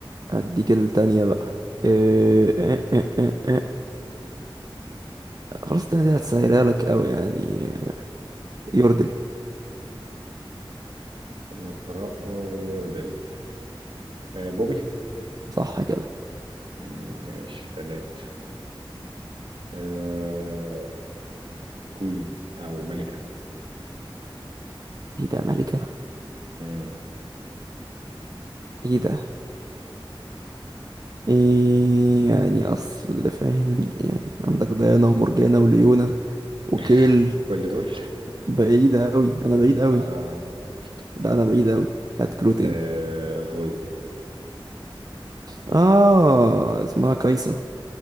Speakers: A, on the right (about 45°); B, on the right (about 65°).
A: هديك التانية بقى إيه إيه إيه إيه إيه. خلاص التانية دي هتسهلها لك أوي يعني يوردل
B: ما الترقى ويوردل آه بوبي
A: صح كده
B: مم، ماشي تلات آه كوين او ملكة
A: ايه ده ملكة
B: مم.
A: ايه ده ايه يعني اصل فاهم يعني عندك ديانا ومرجانة وليونة وكيل
B: <laughs> كل دول
A: بعيدة أوي أنا بعيد أوي
B: آه
A: لا أنا بعيد أوي هات كلو تاني
B: آه فويد
A: اه اسمها كايسة